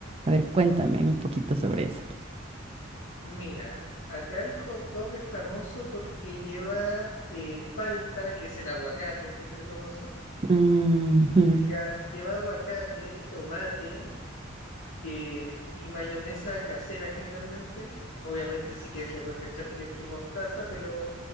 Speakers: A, on the right; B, on the left.
A: A ver, cuéntame un poquito sobre eso.
B: Mira, acá el hot dog es famoso porque lleva eh, palta, que es el aguacate que se le conoce
A: Ujú.
B: Llega- lleva aguacate, tomate eh, y mayonesa casera generalmente. Obviamente si quieres le puedes echar ketchup mostaza, pero